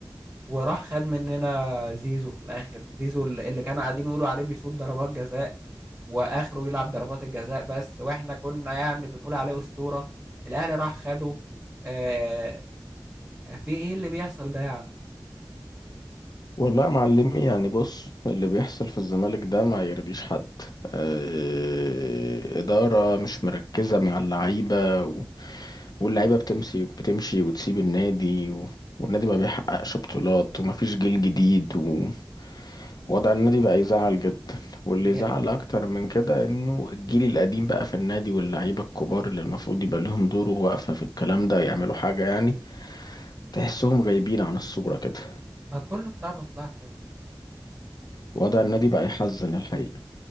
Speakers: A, on the right (about 15°); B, on the left (about 55°).
A: وراح خد مننا زيزو في الاخر زيزو اللي كانوا قاعدين يقولوا عليه بيصوت ضربات جزاء واخره يلعب ضربات الجزاء بس واحنا كنا يعني بنقول عليه اسطورة الاهلي راح خده آه في ايه اللي بيحصل ده يا عم
B: والله يا معلمي يعني بص اللي بيحصل في الزمالك ده ما يرضيش حد آه، إدارة مش مركزة مع اللعيبة و- واللعيبة بتمشي بتمشي وتسيب النادي و... والنادي ما بيحققش بطولات ومفيش جيل جديد و- ووضع النادي بقى يزعل جدا واللي
A: يا-
B: يزعل أكتر من كده إنه الجيل القديم بقى في النادي واللعيبة الكبار اللي المفروض يبقى لهم دور وواقفة في الكلام ده يعملوا حاجة يعني تحسهم غايبين عن الصورة كده
A: ما كله بتاع مصلحته يا عم
B: وضع النادي بقى يحزن الحقيقة